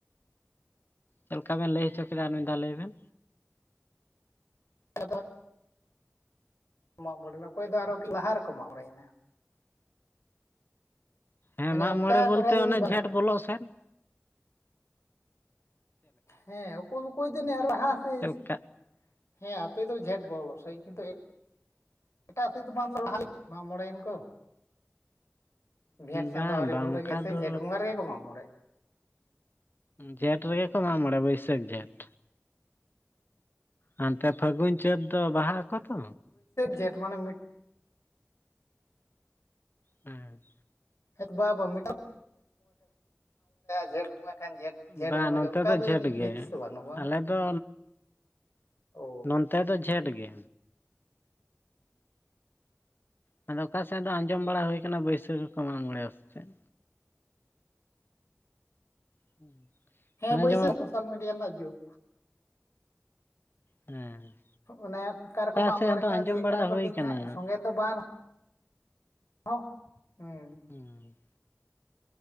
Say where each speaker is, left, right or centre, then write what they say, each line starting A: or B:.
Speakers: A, on the left; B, on the left.
A: ᱪᱮᱞᱠᱟ ᱵᱮᱱ ᱞᱟᱹᱭ ᱦᱚᱪᱚ ᱠᱮᱫᱟ ᱟᱨ ᱢᱤᱫ ᱫᱷᱟᱣ ᱞᱟᱹᱭ ᱵᱮᱱ?
B: <inaudible> ᱢᱟᱜᱽ ᱢᱚᱬᱮᱸ ᱚᱠᱚᱭ ᱫᱚ ᱟᱨᱚᱠᱤ ᱞᱟᱦᱟ ᱨᱮᱠᱚ ᱢᱟᱜᱽ ᱢᱚᱬᱮᱭ ᱱᱟ᱾
A: ᱦᱮᱸ
B: ᱢᱟᱱᱮ
A: ᱢᱟᱜ
B: ᱚᱱᱠᱟ
A: ᱢᱚᱬᱮ ᱵᱳᱞᱛᱮ
B: ᱠᱚᱨᱟᱣ ᱡᱟᱹᱱᱤᱡ
A: ᱚᱱᱮ
B: ᱵᱟᱝ
A: ᱡᱷᱮᱸᱴ ᱵᱚᱞᱚᱜ ᱥᱮᱱ ᱾
B: ᱦᱮᱸ ᱚᱠᱚᱭ ᱚᱠᱚᱭ ᱫᱚ ᱚᱱᱮ ᱟᱨᱚ ᱨᱟᱦᱟ ᱥᱮᱥ
A: ᱪᱮᱫ ᱞᱮᱠᱟ
B: ᱦᱮᱸ ᱟᱯᱮᱫᱚ ᱡᱷᱮᱸᱴ ᱵᱚᱞᱚ ᱥᱮᱭ ᱠᱤᱱᱛᱩ ᱮᱯ ᱮᱴᱟᱜ ᱥᱮᱫ ᱫᱚ ᱵᱟᱢ ᱨᱚᱲ ᱦᱟᱞᱟ ᱢᱟᱜ ᱢᱚᱬᱮᱭᱮᱱ ᱠᱚ᱾ ᱵᱷᱤᱭᱮᱛ ᱪᱟᱸᱫᱳ
A: ᱵᱟᱝ
B: ᱟᱹᱣᱨᱤ
A: ᱵᱟᱝ
B: ᱵᱚᱞᱚᱜᱮ
A: ᱚᱱᱠᱟ
B: ᱥᱮ
A: ᱫᱚ
B: ᱡᱷᱮᱸᱴ ᱵᱚᱸᱜᱟ ᱨᱮᱜᱮ ᱠᱚ ᱢᱟᱜᱽ ᱢᱚᱬᱮᱜ᱾
A: ᱡᱷᱸᱮᱴ ᱨᱮᱦᱚᱸ ᱠᱚ ᱢᱟᱜ ᱢᱚᱲᱮᱜᱼᱟ ᱵᱟᱹᱭᱥᱟᱹᱠᱷ ᱡᱷᱸᱮᱴ᱾ ᱦᱟᱱᱛᱮ ᱯᱷᱟᱹᱜᱩᱱ ᱪᱟᱹᱛ ᱫᱚ ᱵᱟᱦᱟ ᱟᱠᱚ ᱛᱚ᱾
B: ᱡᱷᱮᱴ ᱢᱟᱱᱮ ᱢᱤᱰ
A: ᱩᱸ
B: ᱦᱮᱴ ᱵᱟ ᱵᱟ <inaudible> ᱡᱷᱮᱸᱴ ᱵᱚᱸᱜᱟ ᱠᱷᱟᱱ ᱡᱷᱮᱸᱴ ᱡᱷᱮᱸᱴ
A: ᱵᱟᱝ
B: ᱵᱚᱸᱜᱟ
A: ᱱᱚᱛᱮ
B: ᱜᱮ ᱚᱱᱠᱟ
A: ᱫᱚ ᱡᱷᱮᱸᱴ
B: ᱡᱟᱹᱱᱤᱡ
A: ᱜᱮ
B: ᱯᱷᱤᱠᱥ ᱫᱚ ᱵᱟᱹᱱᱩᱜ ᱵᱟᱝ
A: ᱟᱞᱮ ᱫᱚ
B: ᱚ
A: ᱱᱚ ᱛᱮ ᱫᱚ ᱡᱷᱮᱸᱴ ᱜᱮ᱾ ᱦᱩᱸ ᱟᱫᱚ ᱟᱠᱟ ᱥᱮᱱ ᱫᱚ ᱟᱡᱚᱢ ᱵᱟᱲᱟ ᱦᱳᱭ ᱠᱟᱱᱟ ᱵᱟᱹᱭᱥᱟᱹᱠᱷ᱾ ᱠᱚ ᱢᱟᱜᱽ ᱢᱚᱬᱮ ᱟ ᱥᱮᱪᱮᱫ? <unintelligible>
B: ᱦᱮᱸ ᱵᱟᱹᱭᱥᱟᱹ
A: ᱡᱮᱢᱚᱱ
B: ᱥᱳᱥᱟᱞ ᱢᱤᱰᱤᱭᱟ ᱨᱮᱱᱟᱜ ᱡᱩᱜᱽ,
A: ᱦᱮᱸ
B: ᱚᱱᱮ ᱚᱠᱟ ᱨᱮᱠᱚ ᱢᱟᱜ
A: ᱥᱮᱫ
B: ᱢᱚᱸᱬᱮᱜ
A: ᱦᱚᱸᱛᱚ
B: ᱠᱟᱱᱟ
A: ᱟᱸᱡᱚᱢ
B: ᱡᱤᱭᱮᱫ
A: ᱵᱟᱲᱟ
B: ᱠᱟᱱᱟ ᱠᱚ
A: ᱦᱩᱭ
B: ᱴᱷᱤᱠ
A: ᱟᱠᱟᱱᱟ
B: ᱦᱟᱸᱜ ᱥᱚᱸᱝᱜᱮ ᱫᱚ ᱵᱟᱝ ᱨᱮ, <unintelligible> ᱦᱩᱸ
A: ᱦᱩᱸᱻ